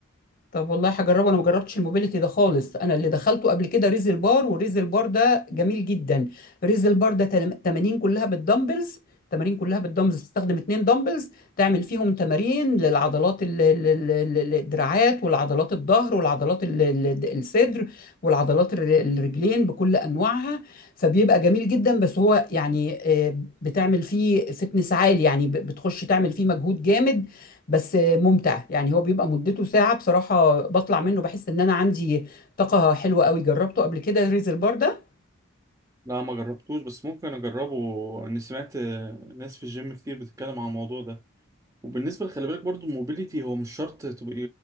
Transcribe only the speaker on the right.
لا ما جربتوش بس ممكن اجربه اني سمعت آه، ناس في الجيم كتير بتتكلم عن الموضوع ده وبالنسبه خلي بالك برضو الموبيليتي هو مش شرط تبقى